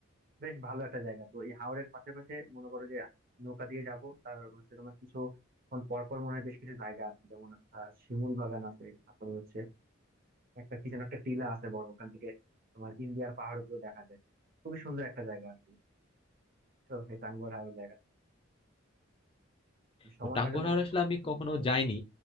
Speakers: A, on the right; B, on the left.
A: বেশ ভালো একটা জায়গা তো এই হাওরের পাশাপাশি মনে করো যে নৌকা দিয়ে যাব তার হচ্ছে তোমার কিছু ক্ষণ পর পর মনে হয় বেশ কিছু জায়গা আছে যেমন আহ, শিমুল বাগান আছে তারপরে হচ্ছে একটা কি যেন একটা টিলা আছে বড় ওখান থেকে তোমার ইন্ডিয়ার পাহাড় গুলো দেখা যায় খুবই সুন্দর একটা জায়গা আসলে তো এই টাঙ্গুয়ার হাওরের জায়গা সময়
B: তো টাঙ্গুয়ার
A: কাটানোর
B: হাওর
A: জন্য
B: আসলে
A: খুবই
B: আমি
A: সুন্দর
B: কখনো
A: একটা জায়গা
B: যাইনি